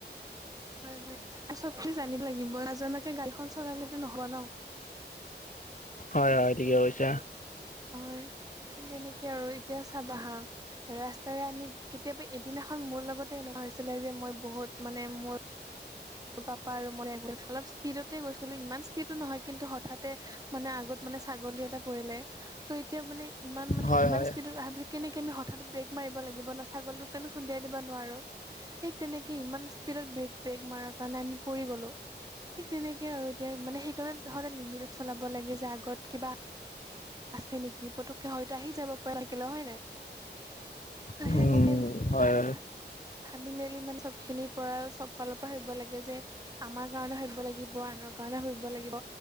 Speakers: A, on the right; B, on the left.
A: হয় হয়, আৰু চব খিনি জানিব লাগিব নজনাকে গাড়ীখন চলালেতো নহব ন।
B: হয় হয়, ঠিকে কৈছা।
A: হয়, তেনেকে আৰু এতিয়া চাবা হাঁ। ৰাস্তাৰে আমি কেতিয়াবা এদিনাখন মোৰ লগতে এনেকুৱা হৈছিলে যে মই বহুত মানে মোৰ- মোৰ পাপা আৰু মই অলপ স্পীডতে গৈছিলো ইমান স্পীডো নহয় কিন্তু হঠাতে- মানে আগত মানে ছাগলী এটা পৰিলে ত' এতিয়া মানে ইমান মানে
B: হয়
A: ইমান
B: হয়
A: স্পীডত অহা বুলি- কেনেকে আমি হঠাৎতে ব্ৰেক মাৰিব লাগিব ন, ছাগলীটোকতো আমি খুন্দিয়াই দিব নোৱাৰোঁ। সেইিক তেনেকেই ইমান স্পীডত ব্ৰেক ব্ৰেক মাৰাক- কাৰণে আমি পৰি গ'লোঁ। ঠিক তেনেকেই আৰু এতিয়া মানে সেইকাৰণে- সদায় লিমিটত চলাব লাগে যে আগত কিবা- আছে নেকি। পতককে হয়তো আহি যাব পৰা থাকিলে হয় নাই? আ
B: উম
A: সেনেকে
B: হয়
A: ভা- ভাবি মেলি মানে চবখিনিৰ পৰা চব ফালৰ পৰা ভাবিব লাগে যে- আমাৰ কাৰণে ভাবিব লাগিব আনৰ কাৰণে ভাবিব লাগিব।